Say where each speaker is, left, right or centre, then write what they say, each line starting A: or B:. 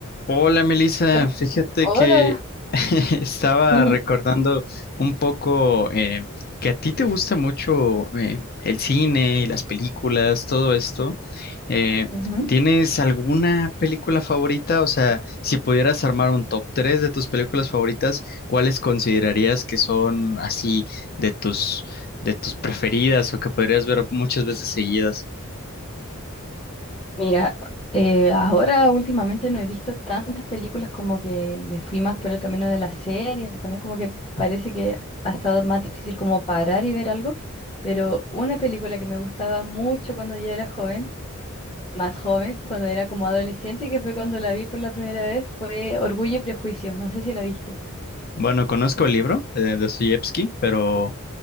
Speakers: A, on the left (about 45°); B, on the left (about 20°).
A: Hola Melissa,
B: Hola.
A: fíjate
B: Hola.
A: que <laughs> estaba
B: Ujú.
A: recordando un poco eh, que a ti te gusta mucho eh, el cine y las películas, todo esto. Eh,
B: ujú.
A: ¿tienes alguna película favorita? O sea, si pudieras armar un top 3 de tus películas favoritas, ¿cuáles considerarías que son así de tus, de tus preferidas o que podrías ver muchas veces seguidas?
B: Mira, eh, ahora últimamente no he visto tantas películas como que me fui más por el camino de las series, también como que parece que ha estado más difícil como parar y ver algo, pero una película que me gustaba mucho cuando yo era joven, más joven, cuando era como adolescente, que fue cuando la vi por la primera vez, fue Orgullo y Prejuicio, no sé si la viste.
A: Bueno, conozco el libro eh, de Dostoyevsky, pero,